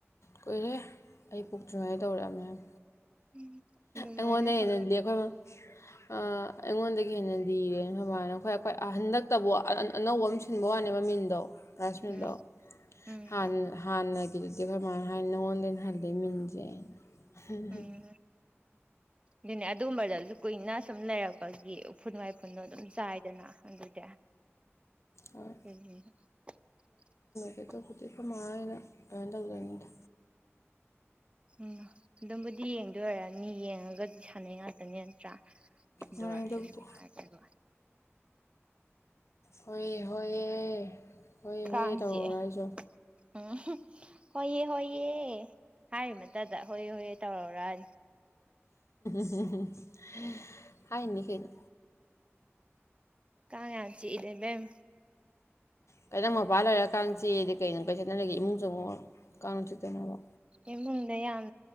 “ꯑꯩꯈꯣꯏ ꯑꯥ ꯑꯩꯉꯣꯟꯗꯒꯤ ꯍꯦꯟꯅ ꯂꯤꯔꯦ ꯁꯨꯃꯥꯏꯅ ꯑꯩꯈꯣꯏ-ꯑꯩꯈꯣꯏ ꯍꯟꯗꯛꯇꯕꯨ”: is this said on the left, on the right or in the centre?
Left